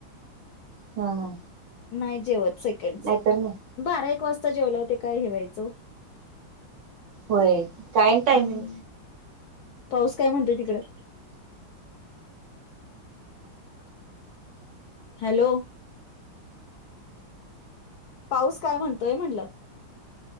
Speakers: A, on the right (about 65°); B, on the left (about 75°).
A: हा हा.
B: नाही जेवत सेकंडच
A: नाहीतर नाही
B: बारा एक वाजता जेवल ते काय हेवायचं.
A: होय काय टायमिंग
B: हम्म पाऊस काय म्हणतोय तिकड? हॅलो पाऊस काय म्हणतोय म्हटलं?